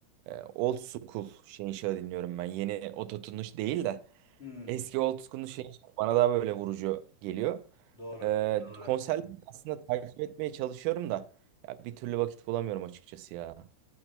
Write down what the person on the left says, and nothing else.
Hmm.
Doğru.
Doğru.